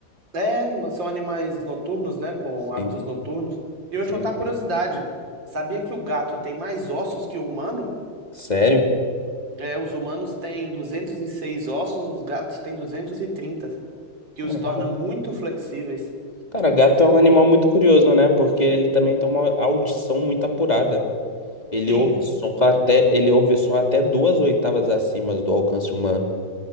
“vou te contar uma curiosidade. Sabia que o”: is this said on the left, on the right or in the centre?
Right